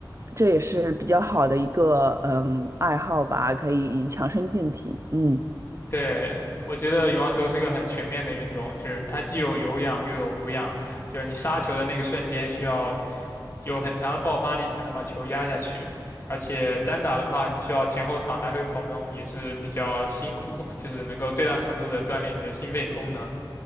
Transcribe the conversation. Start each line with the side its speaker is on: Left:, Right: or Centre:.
Right: 这也是比较好的一个嗯爱好吧，可以强身健体。嗯
Left: 对，我觉得羽毛球是个很全面的运动，就是它既有有氧又有无氧，就是你杀球的那个瞬间需要有很强的爆发力才能把球压下去。而且单打的话，你需要前后场来回跑动，也是比较辛苦，就是能够最大程度的锻炼你的心肺功能。